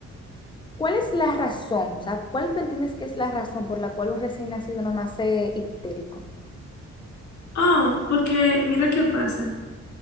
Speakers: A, on the left; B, on the left.
A: ¿Cuál es la razón? O sea, ¿cuál tú entiendes que es la razón por la cual un recién nacido no nace ictérico?
B: Oh, porque mira qué pasa.